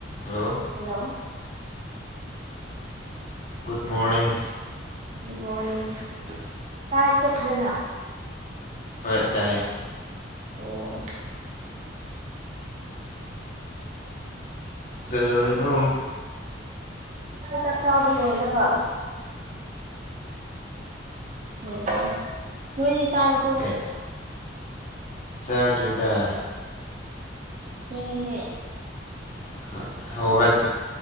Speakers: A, on the left (about 45°); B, on the right (about 40°).
A: ꯍꯜꯂꯣ
B: ꯍꯂꯣ
A: ꯒꯨꯗ ꯃꯣꯔꯅꯤꯡ
B: ꯗ ꯃꯣꯔꯅꯤꯡ ꯇꯥꯏ ꯀꯣꯠꯇꯗꯅꯥ
A: ꯍꯣꯏ ꯇꯥꯏ
B: ꯑꯣ
A: ꯀꯩꯗꯧꯔꯤꯅꯣ
B: ꯆꯥꯛ ꯆꯥꯕ ꯂꯣꯏꯗ ꯉ ꯂꯩ ꯅꯣꯏꯗꯤ ꯆꯥꯔꯨꯄꯣ
A: ꯀꯩ ꯆꯥꯗ꯭ꯔꯤꯗ
B: ꯊꯦꯡꯉ ꯍꯦ
A: ꯍ